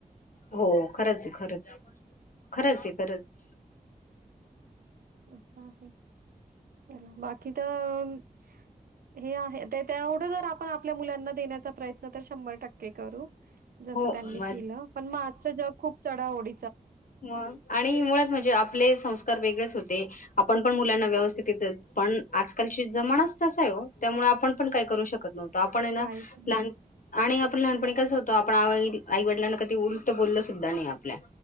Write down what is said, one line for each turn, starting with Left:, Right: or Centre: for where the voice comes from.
Left: हो खरंच आहे खरंच खरंच आहे खरंच
Right: अस आहे चला बाकी तर हे आहे ते त्यामुळेढं जर आपण आपल्या मुलांना देण्याचा प्रयत्न तर शंभर टक्के करू जस
Left: हो
Right: त्यांनी
Left: मग
Right: केलं पण मग आजचा जग खूप चढा ओढ
Left: म आणि मुळात म्हणजे आपले संस्कार वेगळे आपण मुलांना व्यवस्थित पण आजकल चा जमाना तसा आहे ओ त्यामुळे आपण का करू शकत नव्हत आपण
Right: काहीच नाही
Left: लहान आणि आपण लहानपणी कसं होतो आपण आई आईवडिलांना कधी उलटं बोललं सुद्धा नाही आपल्या